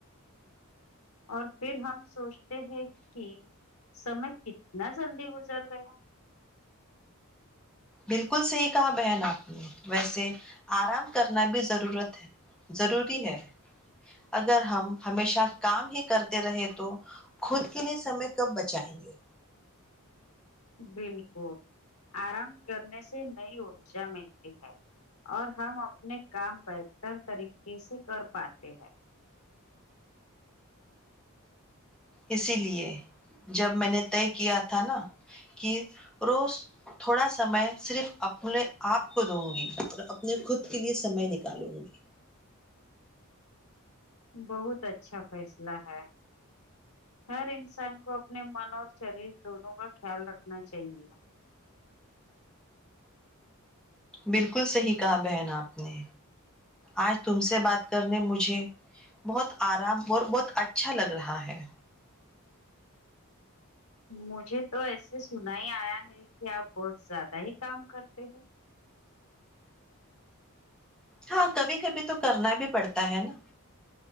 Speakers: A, on the left (about 85°); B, in the centre.
A: اور پھر ہم سوچتے ہیں کہ سمے کتنا جلدی گزر گیا <unintelligible>
B: بالکل صحیح کہا بہن آپ نے ویسے آرام کرنا بھی ضرورت ہے ضروری ہے اگر ہم ہمیشہ کام ہی کرتے رہے تو خود کے لیے سمے کب بچائیں گے
A: بالکل آرام کرنے سے نئی ارجا ملتی ہے اور ہم اپنے کام بہتر طریقے سے کر پاتے ہیں
B: اسی لیے جب میں نے طے کیا تھا نا کہ روز تھوڑا سمئے صرف اپنے آپ کو دوں گی اور اپنے خود کے لیے سمئے نکالوں گی
A: بہت اچھا فیصلہ ہے ہر انسان کو اپنے من اور شریر دونوں کا خیال رکھنا چاہیے
B: بالکل صحیح کہا بہن آپ نے آج تم سے بات کرنے مجھے بہت آرام اور بہت اچھا لگ رہا ہے
A: مجھے تو ایسے سنا ہی آیا ہے کہ آپ بہت زیادہ ہی کام کرتے ہیں
B: ہاں کبھی کبھی تو کرنا بھی پڑتا ہے نا